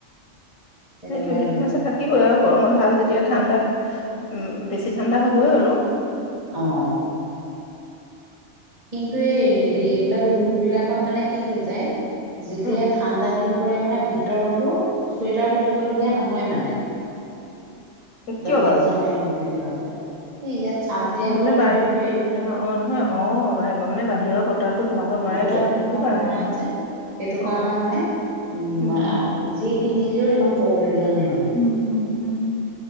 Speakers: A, on the right; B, on the left.
A: তেনেকুৱা
B: সেইটোয়ে, সেইটো
A: নিচিনা
B: সমস্যা থাকিবই আৰু। গৰমত ভাল যেতিয়া ঠাণ্ডাত উম, বেছি ঠাণ্ডা হবই বাৰু।
A: অ'। কিন্তু, এই হেৰি এইবিলাক ৰুম বিলাকত মানে কি হৈ যায়? যেতিয়াাই
B: উম,
A: ঠাণ্ডা দিন পৰে মানে ভিতৰতো চুৱেটাৰ পিন্ধিবলগীয়া নহয় মানে।
B: কিয়
A: দৰ্জা
B: বাৰু
A: জমাই হুক <unintelligible> এই ইয়াত চাদ দিয়া ঘৰতটো
B: মানে বাহিৰ
A: এইটোৱেই
B: অ' নহয় অ' মানে বাহিৰৰ বতাহটো সোমাব নোৱাৰে
A: বতাহ
B: যে।
A: ধুন সোমাব
B: কাৰণে
A: নোৱাৰে
B: অ',
A: যে, সেইটো
B: অ',
A: কাৰণে মানে উ
B: উম,
A: যি পিন্ধি থাকিলো ইমান ক'বলগীয়া নাই মানে
B: উম, উম, উম